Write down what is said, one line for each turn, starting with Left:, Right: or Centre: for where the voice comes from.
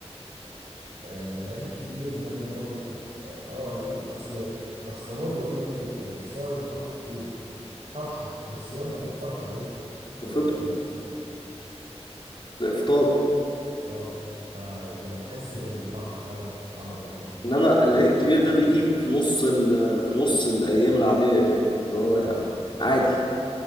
Right: آه، العيد الكبير ده اللي هو بيبقى في اه آه، لا اصل اصل هو بيقول لك ايه الصائم فرحتين فرحة لصيامه وفرحة ايه
Left: لفطره
Right: آه لفطوره.
Left: لافطاره
Right: اه فانت بتحس بالفرحة فعلا في بعد رمضان
Left: انما العيد
Right: انك
Left: الكبير ده
Right: خلص
Left: بيجي في نص ال... في نص الايام العاديه كده اللي هو يعني
Right: اه
Left: عادي
Right: اه